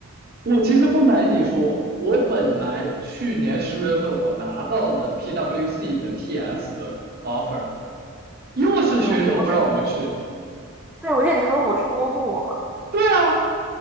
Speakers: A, on the right (about 45°); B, in the centre.
A: 我其实不瞒你说，我本来去年十月份我拿到了 PWC 的 TS 的 offer，又是学校不让我去。
B: 嗯，我是。对，我记得你和我说过，
A: 对啊，